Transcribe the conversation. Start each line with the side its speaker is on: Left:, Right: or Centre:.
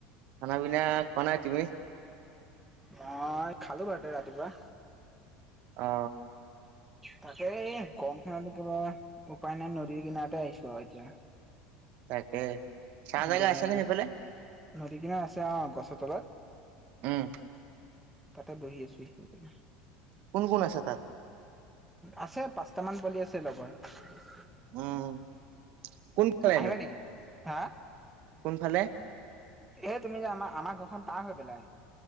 Right: খানা পিনা খোৱা নাই। তুমি?
Centre: মই খালো বাৰতে ৰাতিপুৱা।
Right: অ।
Centre: তাকে এই গম খনত একেবে উপায় নাই নদীৰ কিনাৰতে আহিছো এতিয়া।
Right: তাকে ছা
Centre: নদী
Right: জাগা
Centre: কিনাৰত
Right: আছে নে
Centre: বহি
Right: সেইফালে?
Centre: নদী কিনাত আছে অ' গছৰ তলত।
Right: উম।
Centre: তাতে বহি আছো সেই। <unintelligible>
Right: কোন কোন আচা তাত।
Centre: আছে পাঁচটামান পোৱালি আছে লগৰ। <unintelligible>
Right: উম কোন ফালে
Centre: আহিবা
Right: নো?
Centre: নেকি হা।
Right: কোনফালে?
Centre: এ তুমি যে আমাৰ, আমাৰ ঘৰখন পাৰ হৈ পেলাই।